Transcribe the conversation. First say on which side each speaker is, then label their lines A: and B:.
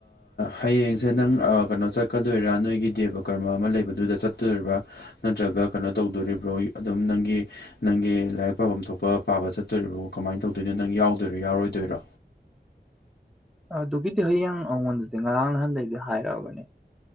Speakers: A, on the left; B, in the centre.
A: ꯍꯌꯦꯡꯁꯦ ꯅꯪ ꯀꯩꯅꯣ ꯆꯠꯀꯗꯣꯏꯔꯥ ꯅꯣꯏꯒꯤ ꯗꯦꯕ ꯀꯔꯃ ꯑꯃ ꯂꯩꯕꯗꯨꯗ ꯆꯠꯇꯣꯏꯔ ꯅꯠꯇ꯭ꯔꯒ ꯀꯩꯅꯣ ꯇꯧꯗꯣꯔꯤꯕ꯭ꯔꯣ ꯑꯗꯨꯝ ꯅꯪꯒꯤ ꯅꯪꯒꯤ ꯂꯥꯏꯔꯤꯛ ꯄꯥꯐꯝ ꯊꯣꯛꯄ ꯄꯥꯕ ꯆꯠꯇꯣꯔꯤꯕꯣ ꯀꯃꯥꯏꯅ ꯇꯧꯗꯣꯏꯅꯣ ꯅꯪ ꯌꯥꯎꯗꯣꯏꯔꯣ ꯌꯥꯎꯔꯣꯏꯗꯣꯏꯔ
B: ꯑꯗꯨꯒꯤꯗꯤ ꯍꯌꯦꯡ ꯑꯩꯉꯣꯟꯗꯗꯤ ꯉꯔꯥꯡ ꯅꯍꯥꯟꯗꯒꯤꯩꯗꯤ ꯍꯥꯏꯔꯛꯑꯕꯅꯦ